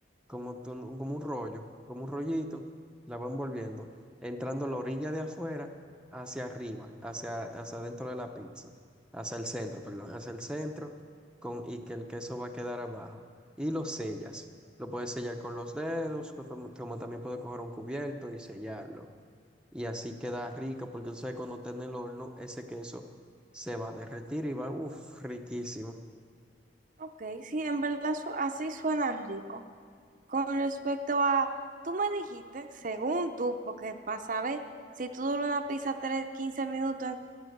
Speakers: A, in the centre; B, on the right.
A: como, tú- como un rollo, como un rollito, la va envolviendo, entrando a la orilla de afuera hacia arriba, hacia, hacia dentro de la pizza, hacia el centro, perdón, hacia el centro, con, y que el queso va a quedar abajo. Y lo sellas. Lo puedes sellar con los dedos, co- como, como también puedes coger un cubierto y sellarlo. Y así queda rico, porque tú sabes, cuando esté en el horno, ese queso se va a derretir y va, uff, riquísimo.
B: Ok, sí, en verdad su- así suena rico. Con respecto a, tú me dijiste, según tú, porque para saber si tú duras una pizza tres- 15 minutos